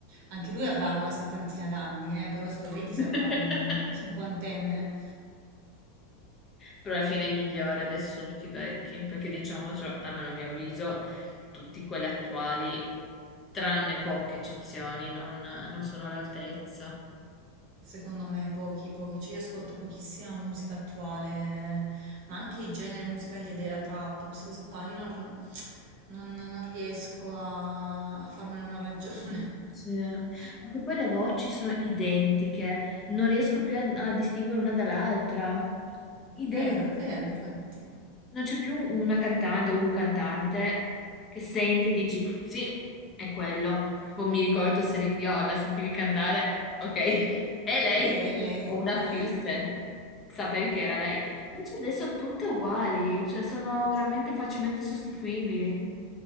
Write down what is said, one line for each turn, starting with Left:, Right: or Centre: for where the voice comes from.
Right: Anche lui avrà una settantina d'anni, eh, però se lo vedi
Left: <laughs>
Right: sembra un cinquantenne.
Left: Però alla fine i migliori adesso sono tutti vecchi, perché diciamo, cioè, almeno a mio avviso, tutti quelli attuali, tranne poche eccezioni, non, non sono all'altezza.
Right: Secondo me pochi, pochi. Cioè io ascolto pochissima musica attuale, ma anche i generi musicali della trap, queste cose qua, io non, non- non riesco a, a farmene una ragione.
Left: Sì.
Right: <laughs>
Left: Anche poi le voci sono identiche, non riesco più a, a distinguere una dall'altra.
Right: È
Left: Identiche.
Right: vero, è vero, infatti.
Left: Non c'è più una cantante o un cantante che senti e dici sì, è quello. Tipo mi ricordo
Right: È
Left: Celine
Right: lui.
Left: Dion, la sentivi cantare, ok, <laughs> è lei.
Right: Ok, è lei.
Left: O una
Right: <laughs>
Left: Houston,
Right: Non-
Left: sapevi che era lei. Invece adesso tutte uguali, cioè sono veramente
Right: sì.
Left: facilmente sostituibili.